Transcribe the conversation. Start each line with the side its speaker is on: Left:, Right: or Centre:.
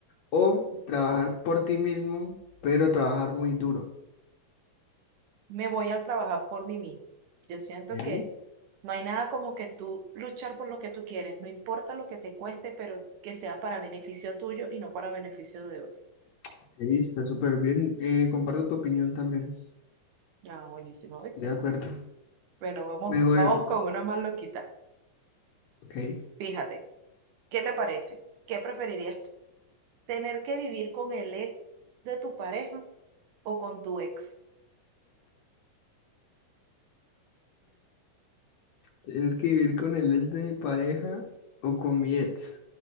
Left: ¿O trabajar por ti mismo, pero trabajar muy duro?
Right: Me voy a trabajar por mí mismo. Yo siento
Left: Ok,
Right: que no hay nada como que tú luchar por lo que tú quieres, no importa lo que te cueste, pero que sea para beneficio tuyo y no para beneficio de otro.
Left: ok, está súper bien. Eh, comparto tu opinión también.
Right: Ah, buenísimo,
Left: Estoy
Right: ¿viste?
Left: de acuerdo.
Right: bueno vamos,
Left: Mejor,
Right: vamos con una más loquita.
Left: ok.
Right: Fíjate, ¿qué te parece? ¿Qué preferirías tener que vivir con el ex de tu pareja o con tu ex.
Left: Tener que vivir con el ex de mi pareja o con mi ex.